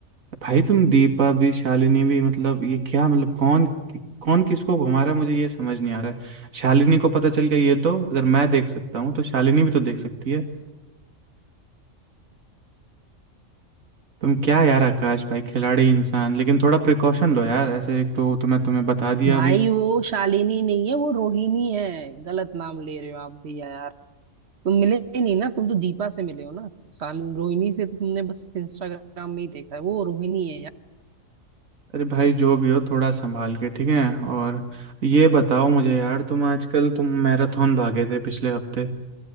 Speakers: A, on the right; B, on the right.
A: भाई तुम दीपा भी शालिनी भी मतलब ये क्या मतलब कौन कौन किसको घुमा रहा है मुझे ये समझ नहीं आ रहा है शालिनी को पता चल गया ये तो अगर मैं देख सकता हूँ तो शालिनी भी तो देख सकती है तुम क्या यार आकाश भाई खिलाड़ी इंसान लेकिन थोड़ा प्रिकॉशन लो यार ऐसे एक तो तुम्हें तुम्हें बता दिया
B: भाई
A: अभी
B: वो शालिनी नहीं है वो रोहिणी है गलत नाम ले रहे हो आप भी यार तुम मिले ही नहीं ना तुम तो दीपा से मिले हो ना शालिनी रोहिणी से तो तुमने बस इंस्टाग्राम में ही देखा है वो रोहिणी है यार
A: अरे भाई जो भी हो थोड़ा संभाल के ठीक है और ये बताओ मुझे यार तुम आजकल तुम मैराथन भागे थे पिछले हफ्ते